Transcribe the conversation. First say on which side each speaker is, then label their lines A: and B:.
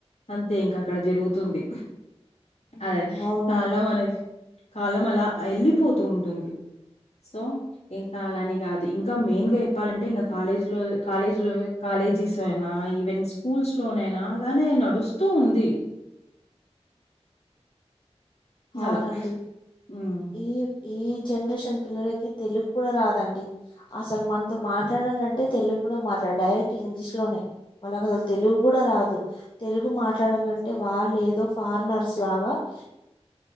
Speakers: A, on the left (about 80°); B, on the left (about 45°).
A: అంతే ఇంక అక్కడ జరుగుతుంది
B: ఉమ్,
A: అదే
B: అవునండి
A: కాలం అనేది కాలం అలా ఎళ్ళిపోతూ ఉంటుంది సో ఇంకా అలా అని కాదు ఇంకా మెయిన్ గా చెప్పాలంటే ఇంకా కాలేజీ లో కాలేజ్ లో కాలేజ్ జిస్ అయినా ఈవెన్ స్కూల్స్ లోనైనా అలానే నడుస్తూ ఉంది <inaudible>
B: అవునండి
A: అలా. హ్మ్.
B: ఈ ఈ జనరేషన్ పిల్లలకి తెలుగు కూడా రాదండి అసలు మనతో మాట్లాడాలంటే తెలు ప్పుడ మాట్లాడ డైరెక్ట్ ఇంగ్లీష్ లోనే వాళ్ళకు అసలు తెలుగు కూడా రాదు తెలుగు మాట్లాడాలంటే వాళ్ళు ఏదో ఫారినర్స్ లాగా ఉ